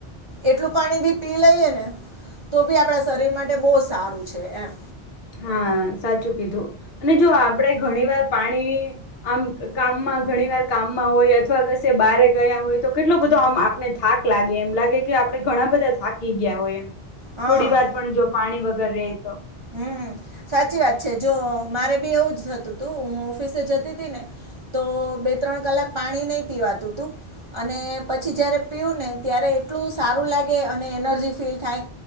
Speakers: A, on the right; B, on the left.
A: એટલું પાણી બી પી લઈએ ને તો બી આપણા શરીર માટે બહુ સારું છે એમ.
B: હા સાચું કીધું. અને જો આપડે ઘણી વાર પાણી આમ કામમાં ઘણી વાર કામમાં હોય અથવા કશે બારે ગયા હોય તો કેટલો બધો આમ આપણે થા ક લાગે એમ લાગે કે આપડે ઘણા બધા થાકી ગયા હોય એમ.
A: હા
B: થોડી વાર પણ જો પાણી વગર રહે તો.
A: હમ સાચી વાત છે જો મારે બી એવું જતું તું હું ઓફિસે જતી હતી ને તો બે ત્રણ કલાક પાણી નહીં પીવાતું તું. અને પછી જ્યારે પીવું ને ત્યારે એટલું સારું લાગ ગે અને એનર્જી ફીલ થાય.